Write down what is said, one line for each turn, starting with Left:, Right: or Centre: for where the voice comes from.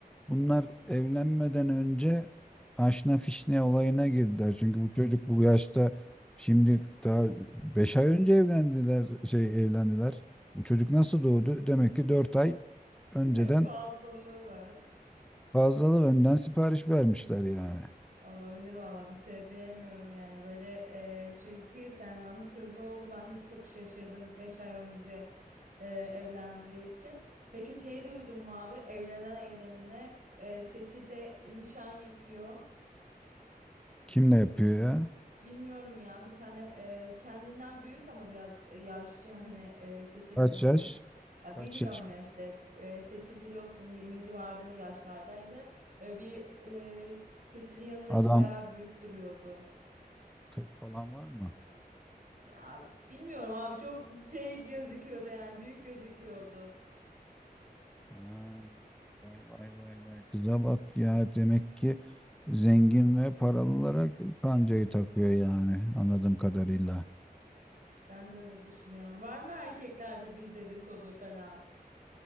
Centre: Bunlar evlenmeden önce aşna fişne olayına girdiler. Çünkü bu çocuk bu yaşta şimdi daha 5 ay önce evlendiler, şey evlendiler. Bu çocuk nasıl doğdu? Demek ki 4 ay
Right: <laughs>
Centre: önceden
Right: Fazlalığı var.
Centre: fazlalı önden sipariş vermişler yani.
Right: Olabilir valla bir şey diyemiyorum yani böyle e, çünkü Selman'ın kızı oldu ben de çok şaşırdım 5 ay önce e, evlendiği için. Peki şeyi duydun mu abi evlenen evlenene e, Seçil'de nişan yapıyor.
Centre: Kimle yapıyor ya?
Right: Bilmiyorum ya bir tane e, kendinden büyük ama biraz e, yaşça hani e, seçil
Centre: Kaç yaş?
Right: ya
Centre: Kaç
Right: bilmiyorum
Centre: yaş?
Right: ya işte e, seçililiyorsun 20 civarı yaşlardaydı. E, bir e, seçili yanındaki
Centre: Adam
Right: bayağı büyük duruyordu.
Centre: 40 falan var mı?
Right: Ya bilmiyorum abi çok şey gözüküyordu yani büyük gözüküyordu.
Centre: Ha, vay vay vay vay kıza bak ya demek ki zengin ve paralılara kancayı takıyor yani anladığım kadarıyla.
Right: Ben de öyle düşünüyorum. Var mı erkeklerde bir dedikodu falan